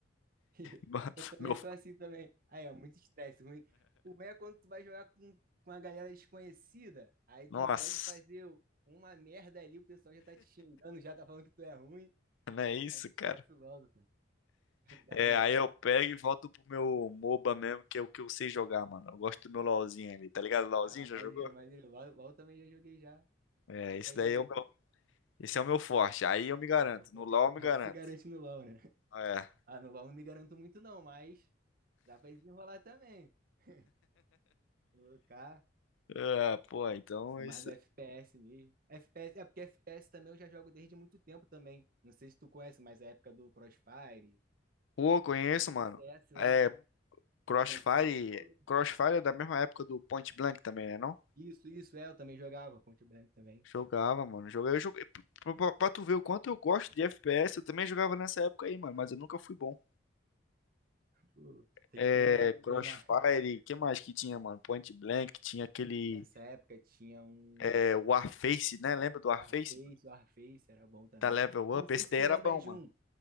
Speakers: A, on the right; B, on the left.
A: <laughs>
B: <laughs>
A: Eu também
B: Meu,
A: sou assim também. Aí é muito estresse, ruim. O ruim é quando tu vai jogar com, com a galera desconhecida, aí
B: nossa,
A: tu não pode fazer uma merda ali, o pessoal já tá te xingando, já tá falando que tu é ruim.
B: não é isso,
A: Aí o estresse
B: cara?
A: logo, cara. Não dá
B: É,
A: não.
B: aí eu pego e volto pro meu MOBA mesmo, que é o que eu sei jogar, mano. Eu gosto do meu LOLzinho ali, tá ligado? LOLzinho
A: Ah,
B: já
A: maneiro,
B: jogou?
A: maneiro. LOL, LOL também já joguei já.
B: É, esse
A: Já
B: daí
A: joguei.
B: é o meu, esse é o meu forte. Aí eu me garanto.
A: Eu, pô,
B: No LoL eu me
A: aí
B: garanto.
A: tu se garante no LOL, né?
B: É.
A: Ah, no LOL não me garanto muito não, mas Dá pra desenrolar também. <laughs> Colocar.
B: É, pô, então
A: Sou
B: esse.
A: mais do FPS mesmo. FPS, é porque FPS também eu já jogo desde muito tempo também. Não sei se tu conhece, mas é a época do Crossfire,
B: Pô, conheço,
A: aquele
B: mano.
A: CS lá,
B: É, Crossfire.
A: 1.6. pô.
B: Crossfire é da mesma época do Point Blank também, né, não?
A: Isso, isso, é, eu também jogava, Point Blank também.
B: Jogava, mano. Joguei, eu joguei. Pra, pra- pra tu ver o quanto eu gosto de FPS, eu também jogava nessa época aí, mano, mas eu nunca fui bom.
A: Pô, Tem
B: É,
A: que treinar, tem
B: Crossfire,
A: que treinar.
B: que mais que tinha, mano? Point Blank, tinha aquele
A: <laughs> Nessa época tinha um
B: é, Warface, né? Lembra do Warface,
A: Warface,
B: mano?
A: Warface era bom também.
B: Da Level
A: Eu
B: Up,
A: não sei
B: esse
A: se
B: daí
A: tu
B: era
A: lembra
B: bom,
A: de
B: mano.
A: um,